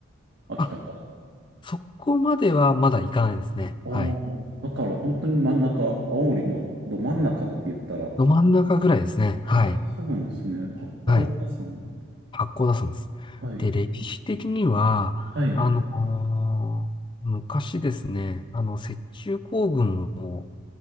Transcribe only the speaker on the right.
秋田か。
ああ、
だから本当に真ん中、青森のど真ん中って言ったら、
ああ、そうなんですね。八甲田山。
はい、
はい、